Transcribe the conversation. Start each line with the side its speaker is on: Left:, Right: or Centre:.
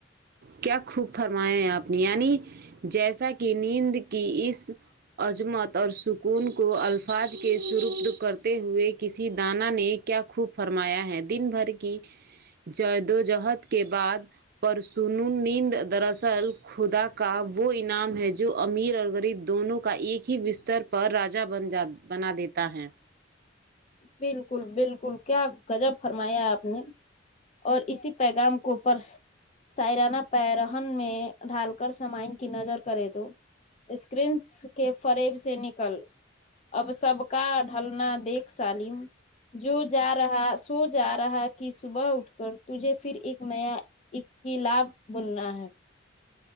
Right: کیا خوب فرمایا ہیں آپ نے یعنی جیسا کہ نیند کی اس عظمت اور سکون کو الفاظ کے سربد کرتے ہوئے کسی دانا نے کیا خوب فرمایا ہے دن بھر کی جدوجہد کے بعد پرسوں سنو نیند دراصل خدا کا وہ انعام ہے جو امیر اور غریب دونوں کا ایک ہی کے بستر پر راجا بنجا بنا دیتا ہے
Left: بلکل بلکل کیا گجب فرمایا آپ نے اور اسی پیغام کو پرس سائرانہ پہرن میں ڈھال کر سامائن کی نظر کرے تو اسکرینس کے فریب سے نکل اب سب کا ڈھلنا دیکھ سالم جو جا رہا سو جا رہا کہ صبح اٹھ کر تجھے پھر ایک نیا اختلاف بننا ہے